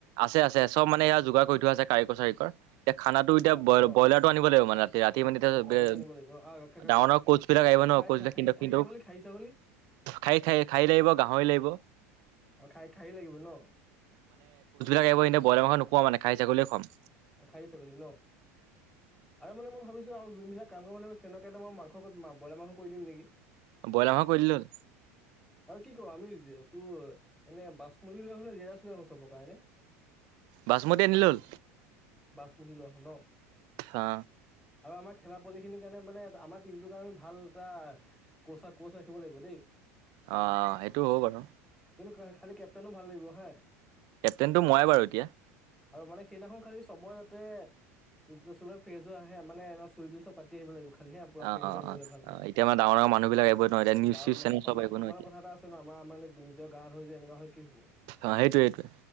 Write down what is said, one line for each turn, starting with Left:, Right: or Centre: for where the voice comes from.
Right: আছে আছে চব মানে ইয়াত যোগাৰ কৰি থোৱা আছে কাৰিকৰ চাৰিকৰ এতিয়া খানাটো
Centre: চব
Right: এতিয়া
Centre: যোগাৰ আছে ন
Right: ব্ৰইলাৰ টো আনিব লাগিব মানে ৰাতি ৰাতি মানে এতিয়া
Centre: ব্ৰইলাৰটো আনিব লাগিব আহ খাই
Right: ডাৰ কোচ বিিলাক আহিব
Centre: খাই
Right: ন কৈছিলে
Centre: খাহী
Right: কিন্তু
Centre: খাহী
Right: কিন্তু
Centre: ছাগলী খাহী ছাগলী
Right: খাই খাই খাই লাগিব গাহৰি লাগিব
Centre: অ খাই খাই লাগিব ন
Right: ব এ বইলাৰংখ নুোৱা মান খাইাগলেে খাম
Centre: অ খাই চাগৈি ন আৰু মানে মই ভাবিছো আৰু যোনবিলাক কাম কৰ মানে তেনেক এ মই মাংস বইলাৰ মাংস কৰি দিম নেকি
Right: ব্ৰইলাৰ মাংস কৰি দিলে হ'ল
Centre: আৰু কি কব আমিিৰ জ তোৰ এনে বাচমতি লৈ আহো নে জেৰাজ লৈ আহো চবৰ কাৰণে
Right: বাচমতি আনিলে হ'ল
Centre: বাচমতি লোৱা ন
Right: হা
Centre: আৰু আমাৰ খেলা পোৱালি খিনিৰ কাৰণে মানে আমাৰ টিমটোৰ কাৰণে ভাল এটা কোচা কোচা ৰাখিব লাগিব দেই কিন্তনু
Right: অ সেইটো হ'ব বাৰু
Centre: খালী কেপ্টেইনো ভাল লাগিব হা
Right: কেপটেইনতটো মোৱই বাৰু এতিয়া
Centre: আৰু মান সেইদিনাখন খালিো চবৰ যাতে <unintelligible> ফ্ৰেজো আহে মানে এ চুৰি তুলি চব কাটি আহিব লাগিব খালি হা পুৰা
Right: অ
Centre: ফ্ৰেচ
Right: অ
Centre: হৈলে
Right: অ
Centre: ভাল
Right: অ
Centre: লৰে
Right: এতিয়া মানে ডাঙৰ ডাঙৰ মানুহ বিলাক আহিব ন এতিয়া নিউজ
Centre: ডাঙৰ
Right: চিউজ
Centre: মানুহ
Right: চেনেল
Centre: সন্
Right: চব আহিব
Centre: সন্মানৰ
Right: ন এতিয়া
Centre: কথা এটা আছে ন আমাৰ ত মানে নিজৰ গা হৈ যে এনেকুৱা হয় কি হব।
Right: অ সেইটোৱে সেইটোৱে।